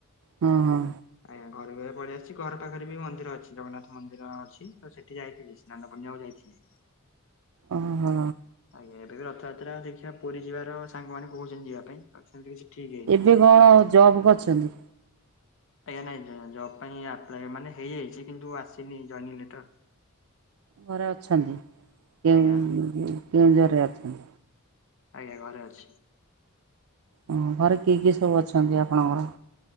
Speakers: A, on the right; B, on the left.
A: ହଁ ହଁ
B: ଆଜ୍ଞା ଘରେ ବି ପଳେଇ ଆସିଛି ଘର ପାଖରେ ବି ମନ ନ୍ଦିର ଅଛି ଜଗନ୍ନାଥ ମନ୍ଦିର ଅଛି ତ ସେଠି ଯାଇଥିଲି ସ୍ନାନ ପୂର୍ଣ୍ଣିମା କୁ ଯାଇଥିଲି
A: ଓହୋ
B: ଆଜ୍ଞା ଏବେ ବି ରଥଯାତ୍ରା ଦେଖିବା ପୁରୀ ଯିବାର ସାଙ୍ଗ ମାନ କହୁଛନ୍ତି ଯିବା ପାଇଁ ଆଉ ସେମତି କିଛି ଠିକ୍ ହେ
A: ଏବେ କଣ ଜବ୍ କରିଛନ୍ତି
B: ଆଜ୍ଞା ନାଇଁ ଜ ଜବ୍ ପାଇଁ ଆପ୍ଲାଏ ମାନେ ହେଇଯାଇଛି କିନ୍ତୁ ଆସିନି ଜୟନିଙ୍ଗି ଲେଟର
A: ଘରେ ଅଛନ୍ତି କେଉ
B: ଆଜ୍ଞା
A: କେଉଁ ଜୋରରେ ଅଛନ୍ତି
B: ଆଜ୍ଞା ଘରେ ଅଛି
A: ଓ ଘରେ କିଏ କିଏ ସବୁ ଅଛନ୍ତି ଆପଣଙ୍କର?